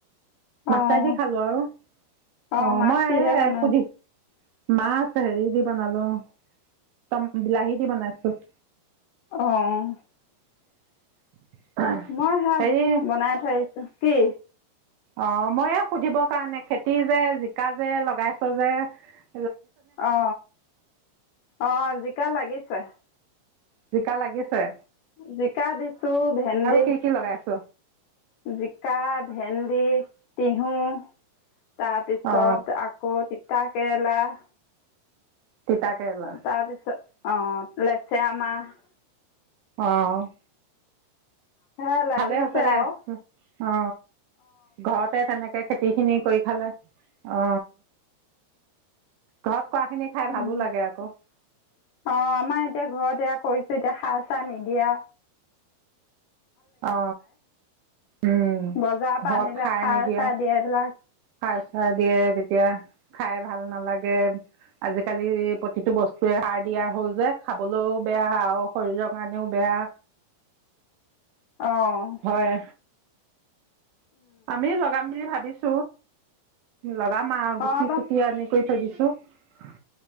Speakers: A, on the right; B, on the left.
A: মাছেদি
B: অঁ
A: খালো আৰু
B: অঁ
A: অ,
B: মাছ
A: মই
B: কিহেৰে
A: এই
B: বনালি
A: সুধি । মাছ হেৰি দি বনালো, ট বিলাহী দি বনাইছো ।
B: অহ ।
A: <unintelligible>
B: মই সেয়া,
A: হেৰি
B: বনাই থৈ আহি কি?
A: অ, মই এয়া সুধিবৰ কাৰণে খেতি যে, জিকা যে লগাইছ যে ।
B: অ, অ, জিকা লাগি ছে।
A: জিকা লাগিছে ।
B: জিকা দিছো, ভেন্দি
A: কি কি লগাইছ
B: । জিকা, ভেন্দি, তিয়হ । তাৰপিছত
A: অ
B: আকৌ । তিতা কেৰেলা ।
A: তিতা কেৰেলা
B: তাৰ পিছত অ, ল । চেয়ামা ।
A: অহ ।
B: সেয়া লাগিছে
A: ভালে হৈছে দে
B: আৰু
A: অ ঘৰতে তেনেকে খেতি খিনি কৰি খালে। অ ঘৰত কৰাখিনি খাই
B: উম।
A: ভালো লাগে আকৌ
B: অ আমাৰ এতিয়া ঘৰত এ কৰিছে এতিয়া খাৰ চাৰ নিদিয়ে
A: অ, উম,
B: বজাৰৰ পৰা
A: ঘৰত
B: আনিলে
A: সাৰ নিদিয়া,
B: চাৰ দিয়ে এইবিলাক
A: সাৰ চাৰ দিয়ে তেতিয়া খাই ভাল নালাগে। আজিকালি প্ৰতিটো বস্তুৱে সাৰ দিয়া হ'ল, যে খাবলৈও বেয়া আৰু শৰীৰৰ কাৰণেও বেয়া
B: অহ
A: হয় আমি লগাম বুলি ভাবিছো লগাম আৰু গুটি-চুটি
B: অঁ
A: আনি কৰি থৈ দিছো। অ